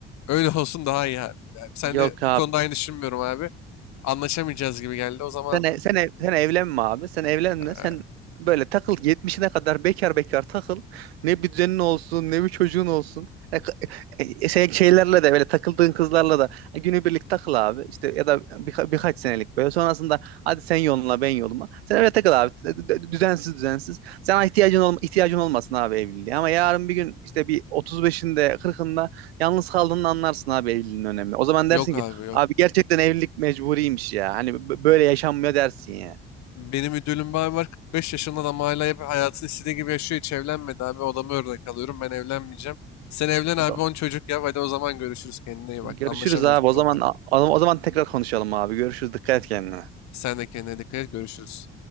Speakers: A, on the left (about 65°); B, on the right (about 80°).
A: Öyle <laughs> olsun daha iyi abi. Yani sen
B: Yok
A: de
B: abi
A: bu konuda aynı düşünmüyorum abi. Anlaşamayacağız gibi geldi. O zaman
B: Sen, e- sen, ev- sen evlenme abi. Sen evlenme.
A: eee,
B: Sen böyle takıl yetmişine kadar bekar bekar takıl. Ne bir düzenin olsun ne bir çocuğun olsun. E, k- e, şey, şeylerle de böyle takıldığın kızlarla da e, günübirlik takıl abi. İşte ya da birka- birkaç senelik böyle. Sonrasında hadi sen yoluna ben yoluma. Sen öyle takıl abi. D- d- Düzensiz düzensiz. Sana ihtiyacın olma, ihtiyacın olmasın abi evliliğe. Ama yarın bir gün işte bir otuz beşinde kırkında yalnız kaldığını anlarsın abi evliliğin önemi. O zaman
A: yok
B: dersin
A: abi
B: ki
A: yok.
B: Abi gerçekten evlilik mecburiymiş ya. Hani b- böyle yaşanmıyor dersin yani.
A: Benim müdürüm bir abi var 45 yaşında adam hala hep hayatını istediği gibi yaşıyor hiç evlenmedi abi odama örnek alıyorum ben evlenmeyeceğim. Sen evlen abi
B: O da-
A: 10 çocuk yap hadi o zaman görüşürüz kendine iyi
B: Görüşürüz
A: bak anlaşamıyoruz
B: abi.
A: bu
B: O zaman
A: konuda.
B: o zaman tekrar konuşalım abi. Görüşürüz. Dikkat et kendine.
A: Sen de kendine dikkat et görüşürüz.